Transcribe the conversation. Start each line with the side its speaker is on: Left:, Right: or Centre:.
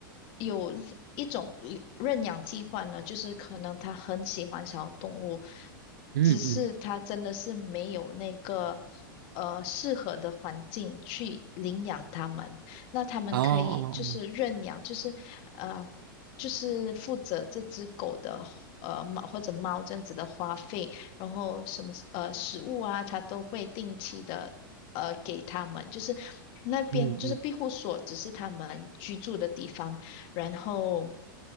Left: 有。一种领认养计划呢，就是可能他很喜欢小动物，
Right: 嗯嗯，
Left: 只是他真的是没有那个呃适合的环境去领养它们。那他们可以就是认养，
Right: 哦哦哦，
Left: 就是呃就是负责这只狗的呃猫或者猫这样子的花费，然后什么呃食物啊，他都会定期的呃给他们，就是。那边就是庇护所，
Right: 嗯嗯
Left: 只是他们居住的地方。然后